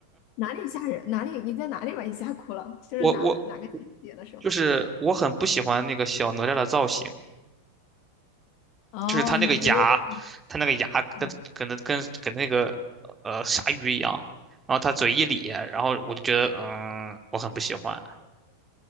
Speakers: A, on the left; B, on the right.
A: 哪里吓人？哪里？你在哪里把你吓哭了？就是哪哪个情节的时候？
B: 我我就是我很不喜欢那个小哪吒的造型，
A: 哦，
B: 就是他那个牙，
A: 你觉得就
B: 他那个牙跟跟那跟跟那个呃鲨鱼一样，
A: 嗯
B: 然后他嘴一咧，然后我就觉得嗯，我很不喜欢。